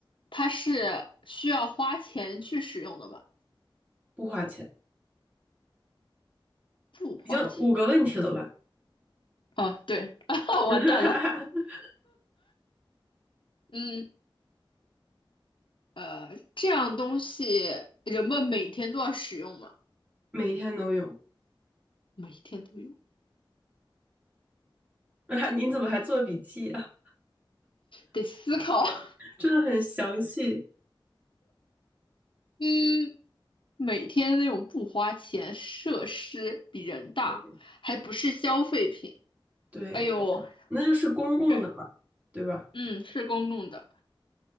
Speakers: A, on the left; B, on the right.
A: 它是需要花钱去使用的吗？
B: 不花钱。
A: 不花钱。
B: 已经五个问题了吧？
A: 哦，对，<laughs> 完蛋了。
B: <laughs>
A: 嗯，呃，这样东西人们每天都要使用吗？
B: 每天都有，
A: 每天都用，
B: <laughs> 你怎么还做笔记啊？
A: 得思考。<laughs>
B: <laughs> 真的很详细。
A: 嗯，每天那种不花钱，设施比人大，
B: 对，
A: 还不是消费品。
B: 对，
A: 哎呦，
B: 那就是公共的嘛，
A: 对，
B: 对吧？
A: 嗯，是公共的。